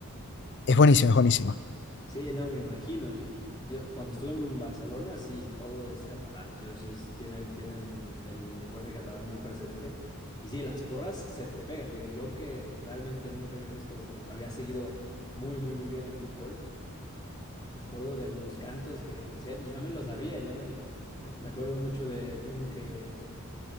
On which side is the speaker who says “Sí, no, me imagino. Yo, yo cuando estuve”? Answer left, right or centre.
Left